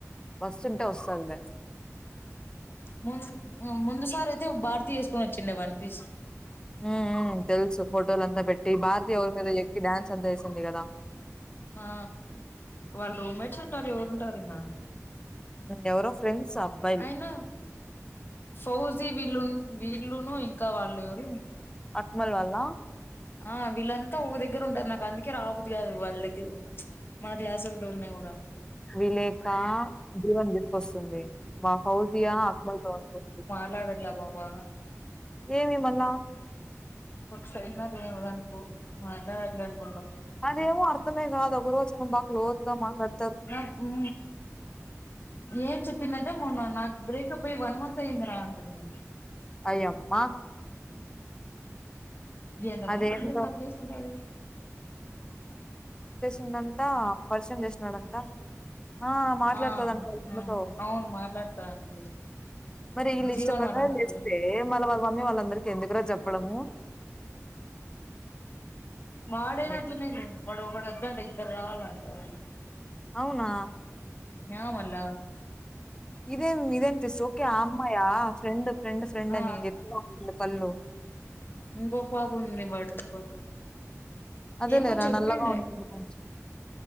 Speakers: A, on the left (about 15°); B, on the left (about 40°).
A: వస్తుంటే వస్తాదిలే
B: మున్ ముందు సారి అయితే భారతీ వేసుకొని వొచ్చుండే వన్ పీస్
A: ఉం ఉమ్ తెలుసు ఫోటోలంతా పెట్టి భారతి ఎవరి మీదో ఎక్కి డాన్స్ అంతా ఏసింది గదా
B: ఆ వాళ్ళు రూమ్మేట్స్ ఉంటారు ఎవరు ఉంటారు ఇంగ
A: ఎవరో ఫ్రెండ్స్ అబ్బాయిలు
B: అయినా ఫౌజ్ వీళ్ళున్ వీళ్ళును ఇంకా వాళ్ళు ఎవరు
A: అక్మల్ వాల్ల
B: ఆ వీళ్ళంతా ఒక దగ్గర ఉంటారు నాకందుకే రాబుద్ది గాదు వాళ్ళ్ దగ్గి మా క్లాసోల్తో ఉన్నా గుడా
A: విలేక ధ్రువన్ తీసుకొస్తుంది మా ఫౌజియా అక్మల్తో వస్తుంది
B: లాడల్ల బాబా
A: ఏమి మళ్ళా
B: కొట్సైన్నదేవర అంకు మాట్లాడట్లే అనుకుంటవ్
A: అదేమో అర్థమే గాదు ఒక రోజేమో బా క్లోజ్ గా మాట్లాడ్
B: నాకుం ఏం చెప్పిందంటే మొన్న నాకు బ్రేకప్ అయి వన్ మంత్ అయిందిరా అంటుంది
A: అయ్యమ్మా
B: ఎంతమందితో
A: అదేందో
B: బ్రేకప్ చేసుకుంటాదే
A: ఉన్నంత పరిచయం చేసినాడంట ఆ మాట్లాడుతాదంట
B: ఆ
A: వాళ్ళన్నతో
B: ఆ అవును మాట్లాడతాంటిలే
A: మరి వీళ్ళు
B: జీవన్
A: ఇష్ట ప్రకారం
B: వాళ్ళ అమ్మతో
A: చేస్తే మళ్ళ వాళ్ళ మమ్మీ వాళ్ళందరికి ఎందుకురా చెప్పడము
B: మాడే
A: ఏమో
B: అట్లున్నీలే వాడొకడు ఇద్దంట ఇద్దర గావాలంట వాది
A: అవునా
B: న్యామల్ల
A: ఇదేం ఇదేన్ తీస్ ఓకే ఆ అమ్మాయ ఫ్రెండ్ ఫ్రెండ్ ఫ్రెండు
B: ఆ
A: అని <inaudible> పల్లో
B: ఇంకొక పాప ఉంది వాడితో పాటు
A: అదేలేరా
B: ఏమో చెప్పిండే
A: నల్లగా ఉంటుంది కొంచెం